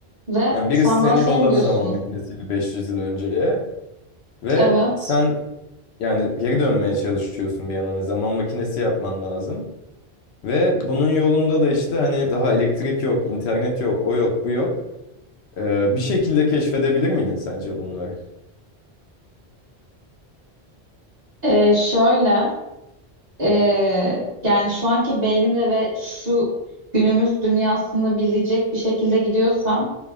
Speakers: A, on the right; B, on the left.
A: Ve
B: Yani birisi
A: sen
B: seni
A: bana şey
B: yolladı
A: mi diyorsun?
B: zaman makinesiyle 500 yıl önceye ve
A: Evet.
B: sen yani geri dönmeye çalışıyorsun bir yandan. Yani Zaman makinesi yapman lazım. Ve bunun yolunda da işte hani daha elektrik yok, internet yok, o yok, bu yok. Ee, bir şekilde keşfedebilir miydin sence bunları?
A: Ee, şöyle ee, yani şu anki beynimle ve şu günümüz dünyasını bilecek bir şekilde gidiyorsam